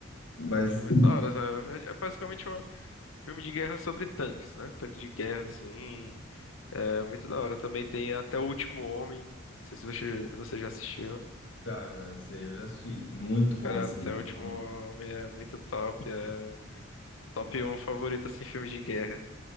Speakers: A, on the left; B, on the left.
A: Mas
B: um filme da hora, sabe? É, é basicamente um filme de guerra sobre tanques, né? Tanque de guerra, assim. É muito da hora. Também tem Até o Último Homem. Não sei se você, você já assistiu.
A: já, já, isso aí eu já assisti. Muito bom
B: Cara,
A: esse
B: Até
A: livro.
B: o Último Homem é muito top. é Top um favorito, assim, filme de guerra.